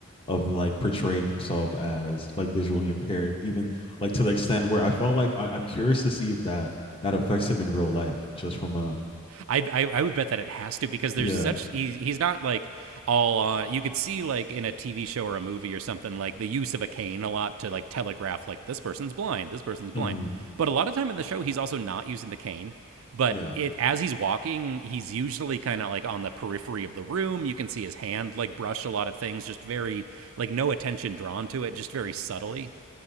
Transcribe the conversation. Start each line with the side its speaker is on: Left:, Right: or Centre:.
Left: of like portraying himself as like visually impaired, even like to the extent where I felt like I, I'm curious to see if that that affects him in real life, just from a
Right: I, I I would bet that it has to because there's
Left: yeah,
Right: such he's he's not like all on. You could see like in a TV show or a movie or something like the use of a cane a lot to like telegraph like this person's blind, this person's blind.
Left: mm-hmm.
Right: But a lot of time in the show, he's also not using the cane. But
Left: yeah,
Right: it as he's walking, he's usually kind of like on the periphery of the room. You can see his hand like brush a lot of things, just very like no attention drawn to it, just very subtly.